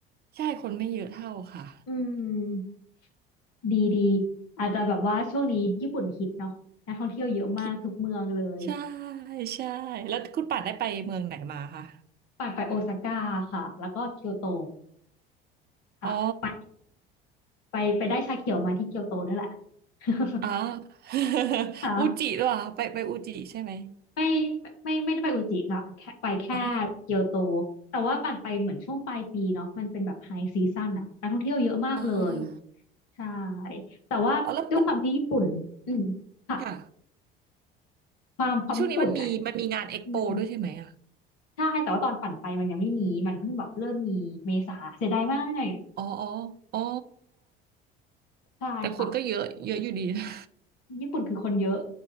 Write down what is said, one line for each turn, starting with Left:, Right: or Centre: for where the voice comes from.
Right: ใช่คนไม่เยอะเท่าค่ะ
Left: อืมดีดีอาจจะแบบว่าช่วงนี้ญี่ปุ่นฮิตเนาะนักท่องเที่ยวเยอะมากทุกเมืองเลย
Right: คิดใช่ใช่แล้วคุณป่านได้ไปเมืองไหนมาคะ
Left: ปั่นไปโอซาก้าค่ะแล้วก็เกียวโตค่ะไป
Right: อ๋อ
Left: ไปไปได้ชาเขียวมาที่เกียวโตนี่แหละ <laughs>
Right: อ๋อ <laughs>
Left: ค่ะ
Right: อุจิด้วยเหรอไปไปอุจิใช่ไหม
Left: ไม่ไม่ไม่ได้ไปอุจิค่ะแค่ไปแค่เกียวโต
Right: อ๋อ
Left: แต่ว่าปั่นไปเหมือนช่วงปลายปีเนาะมันเป็นแบบไฮซีซั o นอะนักท่องเที่ยวเยอะมากเลย
Right: อ่า
Left: ใช่แต่ว่าด้วยความที่ญี่ปุ่นอืมค่ะ
Right: อ๋อแล้วมัน ค่ะ
Left: ความความญี่ปุ่นอะ
Right: ช่วงนี้มันมี มันมีงานเอ็กโปด้วยใช่ไหมอ่ะ
Left: อืม ใช่แต่ว่าตอนปั่นไปมันยังไม่มีมันเพิ่งแบบเริ่มมีเมษาเสียดายมาก
Right: อ๋ออ๋อ อ๋อ
Left: ใช่ค่ะ
Right: แต่คนก็เยอะ เยอะอยู่ดีนะ
Left: ญี่ปุ่นคือคนเยอะ